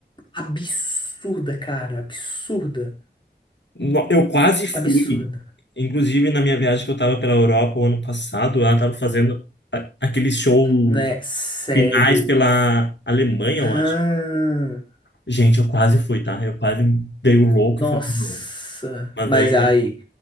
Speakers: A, on the left (about 25°); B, on the left (about 80°).
A: Absurda, cara. Absurda.
B: No- Eu quase fui.
A: Absurda.
B: Inclusive, na minha viagem que eu tava pela Europa o ano passado, ela tava fazendo a- aqueles shows
A: Né? Sério.
B: finais pela Alemanha,
A: Ah,
B: eu acho. Gente, eu quase fui, tá? Eu quase dei o louco
A: nossa.
B: e falei, não. Mas
A: Mas
B: aí
A: aí.